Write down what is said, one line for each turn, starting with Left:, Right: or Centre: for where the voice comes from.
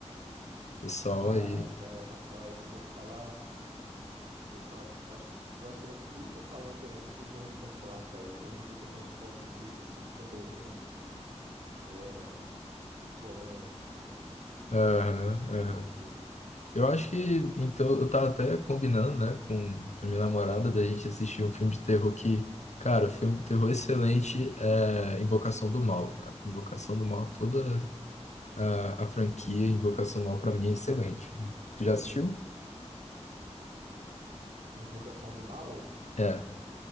Left: Pessoal
Right: Ah,
Left: aí.
Right: cara, rapaz, se eu falar. Se eu falar, eu acho que praticamente tudo que eu falar na internet, as pessoas vão me cancelar, cara. Eu- Vamos dizer que eu tenho uns pontos de vista, assim, que são bem é, polêmicos, assim, como eu
Left: Aham, aham.
Right: vou dizer.
Left: Eu acho que, então, eu tava até combinando, né, com a minha namorada da gente assistir um filme de terror que, cara, filme de terror excelente é Invocação do Mal, cara. Invocação do Mal, toda a, a franquia Invocação do Mal pra mim é excelente. Tu já assistiu?
Right: Invocação do Mal?
Left: É,